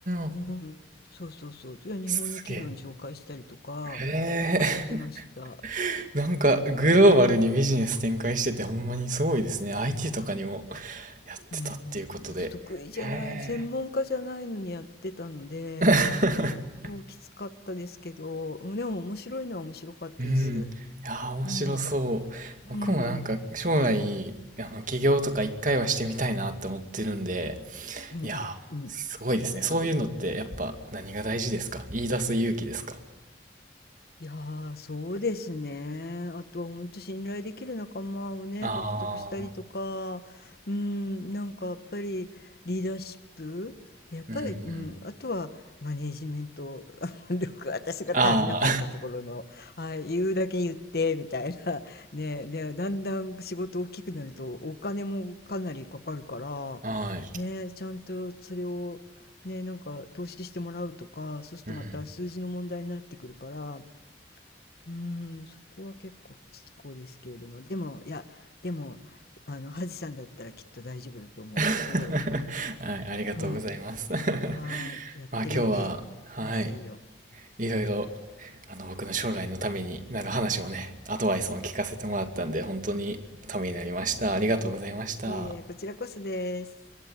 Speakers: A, on the right; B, on the left.
A: ん、
B: うん、そうそうそう、いや日本の企業に紹介したりとか
A: すげえ。へえ
B: やってました。
A: <laughs> なんか、グローバルにビジネス展開してて、ほんまにすごいですね。IT とかにもやってたっていうことで。
B: うん、だって得意じゃない、
A: へえ。
B: 専門家じゃないのにやってたので、
A: <laughs>
B: 結構きつかったですけど、でも面白いのは面白かったです。
A: うん。いやー、面白そう。
B: うん、
A: 僕もなんか、
B: うん、
A: 将来、あの、起業とか一回はしてみたいなって思ってるんで、
B: うん、
A: いやー、
B: あ、うん、
A: すごいですね。
B: ぜひぜひ。
A: そういうのって、やっぱ、何が大事ですか言い出す勇気ですか
B: いやー、そうですね。あとは本当信頼できる仲間をね、
A: ああ
B: 獲得したりとか、うん、なんかやっぱりリーダーシップで、やっぱり、
A: ー、うんうん。
B: うん、あとはマネージメント <laughs> 力、私が足りなかったところの、
A: あ
B: はい、言うだけ言って、みたいな。<laughs> ね、で、だんだん仕事大きくなるとお金もかなりかかるから、
A: あ、<laughs> はい。
B: ね、ちゃんとそれを、ね、なんか投資してもらうとか、そうするとまた数字の問題になってくるから、
A: うん。
B: うーん、そこは結構きこですけれども、でも、いや、でも、あの、ハジさんだったらきっと大丈夫だと思う。
A: <laughs>
B: いろいろ、
A: はい、ありがとうございます。
B: うん、はーい、
A: <laughs>
B: やってみてくださいよ。
A: まあ今日は、はい、いろいろ、あの、僕の将来のためになる話をね、アドバイスも聞かせてもらったんで、本当にためになりました。ありがとうございました。
B: いえ、こちらこそです。